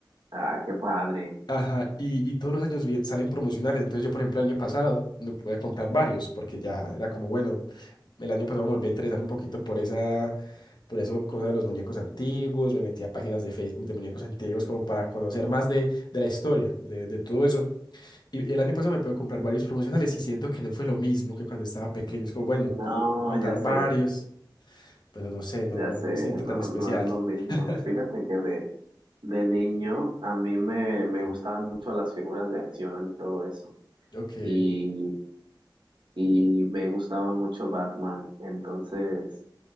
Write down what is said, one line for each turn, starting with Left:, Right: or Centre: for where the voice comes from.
Right: Ah, qué padre.
Left: Ajá, y, y todos los años vie- salen promocionales. Entonces yo, por ejemplo, el año pasado me pude comprar varios porque ya era como, bueno, el año pasado me volví a interesar un poquito por esa Por eso, cosas de los muñecos antiguos, me metí a páginas de Facebook de muñecos antiguos como para conocer más de, de la historia, de, de todo eso. Y el año pasado me pude comprar varios promocionales y siento que no fue lo mismo que cuando estaba pequeño. Es como, bueno,
Right: No,
Left: me puedo comprar
Right: ya sé,
Left: varios, pero no sé, no,
Right: ya
Left: no
Right: sé,
Left: me siento
Right: no,
Left: tan especial.
Right: no es lo mismo.
Left: <laughs>
Right: Fíjate que de, de niño a mí me, me
Left: Sí.
Right: gustaban mucho las figuras de acción y todo eso.
Left: Ok.
Right: Y y me gustaba mucho Batman. Entonces,